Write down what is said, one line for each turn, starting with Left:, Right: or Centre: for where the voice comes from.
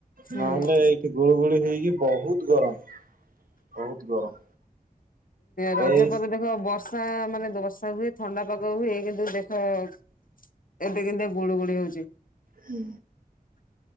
Left: ହୁଁ
Right: ନହେଲେ ଏଇକି ଗୁଳୁ ଗୁଳି ହେଇକି ବହୁତ୍ ଗରମ ବହୁତ୍ ଗରମ।
Left: ରଜ
Right: ଏଇ
Left: ପରେ ଦେଖ ବର୍ଷା ମାନେ ବର୍ଷା ହୁଏ ଥଣ୍ଡା ପାଗ ହୁଏ, କିନ୍ତୁ ଦେଖ ହଁ। ଏବେ କେମତିଆ ଗୁଳୁ ଗୁଳି ହଉଛି।
Right: ହୁଁ।